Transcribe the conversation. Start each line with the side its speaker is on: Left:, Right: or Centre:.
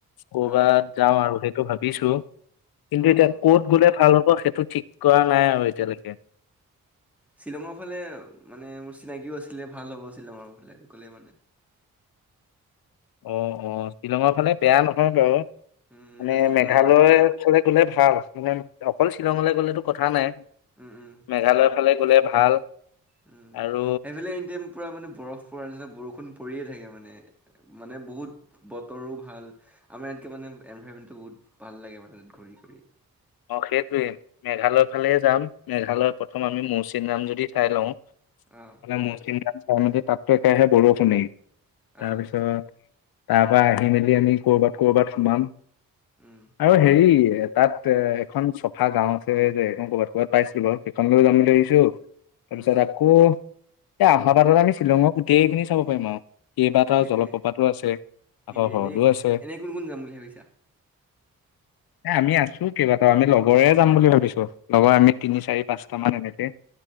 Left: কৰ'বাত
Centre: অ',
Left: যাওঁ আৰু সেই, টো ভাবিছো। কিন্তু
Centre: অ',
Left: এতিয়া
Centre: অ'।
Left: ক'ত গলে ভাল হব, অ', সেইটো ঠিক কৰা নাই আৰু এতিয়ালৈকে,
Centre: শ্বিলঙৰ ফালে মানে মোৰ চিনাকিও আছিলে ভাল হ'ব শ্বিলঙৰ ফালে গলে মানে,
Left: অহ ', অহ ', শ্বিলঙৰ ফালে বেয়া নহয় বাৰু
Centre: উম,
Left: মানে
Centre: এতিয়া ঠাণ্ডা
Left: মেঘালয় একচুলি গলে ভাল মানে অকল, শ্বিলঙলৈ গ'লেতো কথা নাই।
Centre: উম', - উম ',
Left: মেঘালয়ৰ ফালে গ'লে ভাল।
Centre: উম',
Left: আৰু
Centre: সেইফালে এনিতাইম পুৰা মানে বৰফ পৰ নিচিনা বৰষুণ, পৰিয়ে থাকে মানে, মানে বহুত বতৰো ভাল, আমাৰ ইয়াতকৈ মানে এনভাইৰমেণ্টটো বহুত ভাল লাগে মানে, তাত ঘূৰি ফূৰি।
Left: অ, সেইটোৱেই, মেঘালয় ফালেই যাম, মেঘালয়ত প্ৰথম আমি মৌছিনৰাম যদি চাই লওঁ,
Centre: অ',
Left: মানে মৌছিমৰাম, <unintelligible> তাতকৈহে বৰষুণে,
Centre: অ',
Left: তাৰপিছত, তাৰ পৰা আহি মেলি আমি কৰ'বাত- কৰ'বাত সোমাঁম।
Centre: উম,
Left: আৰু হেৰি তাত, এ', এখন চফা গাঁও আছে যে ক'বাত -ক'বাত পাইছিলো, সেইখন গাঁও যাম বুলি ভাবিছো। তাৰপিছত
Centre: উম,
Left: আকৌ, এ ', আহা বাৰত আমি শ্বিলঙক গোটেই খিনি চাব পাৰিম আৰু। কেইবাটাও
Centre: সেইটোৱে।
Left: জলপ্ৰপাতো আছে, আকৌ
Centre: সেইটোৱে
Left: হ্ৰদো
Centre: এনেই
Left: আছে।
Centre: এনেই কোন কোন যাম বুলি ভাবিছা
Left: এ, আমি আছো, কেইবাটাও আমি লগৰে যাম বুলি ভাবিছো, লগৰ আমি তিনি, চাৰি, পাঁচটা মান এনেকে।